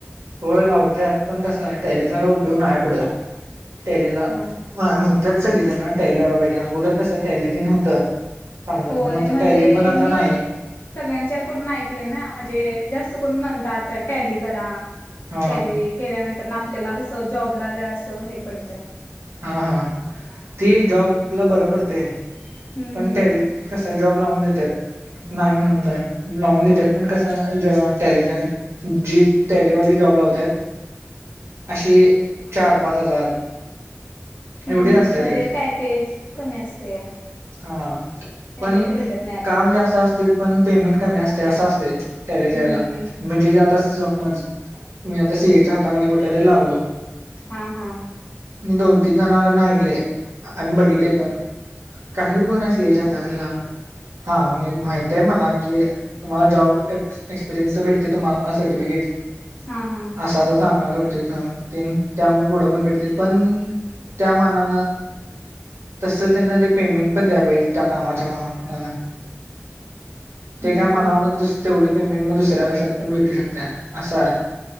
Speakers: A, on the right (about 70°); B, on the left (about 50°).
A: होय लावत्यात, पण कसय, टॅलीचा काय उपयोग नाही पुढं, टॅलीला
B: नाही
A: मा म्हणत्यात सगळी जण, टॅली लावाया पाहिजे, अगोदर कसं टॅली तेन होतं. चांगलं
B: होय,
A: पण आता
B: म्हणजे
A: टॅली पण आता
B: मी
A: नाही
B: सगळ्यांच्याकडून ऐकलेय ना, म्हणजे जास्त करून म्हणतात, आता टॅलि करा.
A: हा
B: टेलि केल्यानंतर, न आपल्याला कस जॉबला जरा सं हे पडतय.
A: हां हां ती जॉबला बर पडतय,
B: हम्म
A: पण
B: हम्म
A: टेलि. कस, जॉब लावून देत्यात. नाही म्हणत नाय, लावून देतात, पण कसं अ टेलिजन् जी टॅलीवाली जॉब लावत्यात, अशी चार पाच हजार,
B: हम्
A: एवढी
B: हम्,
A: असते
B: म्हणजे
A: रेट
B: पॅकेज कमी असत या.
A: हां
B: पेमेंट
A: पण
B: भेटत नाही आपल्याला
A: काम जास्त असतय, पण पेमेंट कमी असतय, असं असतय. टॅलीच्या
B: हम्म
A: ह्याला, म्हणजे त समज आता मी आता सीएच्या हाताखाली कुठल्या तरी लागलो.
B: हां हां.
A: मी दोन तीन जनाकडन ऐकलय आणि बघितले पण. काही उपयोग नही सीएच्या हाताखाली लागुन, हां मी माहितय मला की तुम्हाला जॉब एक्सपिरियन्स भेटते, तुम्हाला सर्टिफिकिट
B: हां हां.
A: असा-असा चांगला करतोय का, त्यामु पुढं पण भेटते पण त्या मानानं तस त्यांन र पेमेंट पण द्या पाहिजे, त्या कामाच्या मा -मानान
B: हम्म
A: ते काय मला मग दुस तेवढी पेमेंट, मग दुसऱ्या कशात पण भेटू शकत्याय, असं हाय.